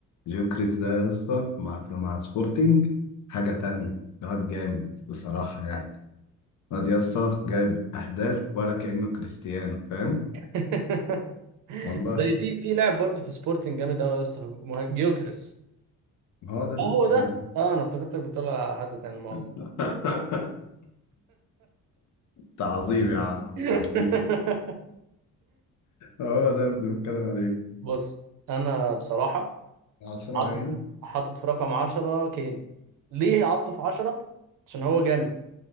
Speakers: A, on the left; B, on the right.
A: جيوكريس ده يا اسطى مع مع سبورتينج حاجة
B: أيوة.
A: تانية الواد جامد بصراحة يعني الواد يا اسطى جايب أهداف ولا كأنه كريستيانو فاهم؟
B: <laughs>
A: والله
B: زي في في لاعب برضه في سبورتنج جامد قوي يا اسطى مه- جيوكرس
A: ما هو ده اللي
B: اه هو
A: بنتكلم
B: ده
A: عليه
B: اه انا افتكرتك بتقول على حد تاني مؤاخذة
A: <laughs> تعظيم يا عم
B: <laughs>
A: تعظيم هو ده اللي بنتكلم عليه
B: بص انا بصراحة
A: 10
B: عاطف
A: أيام
B: حاطط في رقم 10 كين ليه عاطف في 10 عشان هو جامد